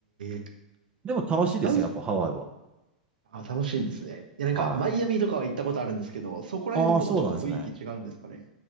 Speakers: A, on the right; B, on the right.
A: ー、
B: でも楽しいですよ、
A: なんす、
B: やっぱハワイは。
A: あ、楽しいんですね。いや、なんか、
B: はい。
A: マイアミとかは行ったことあるんですけど、そこら辺ともちょっと雰囲気違うんですかね。
B: ああ、そうなんですね。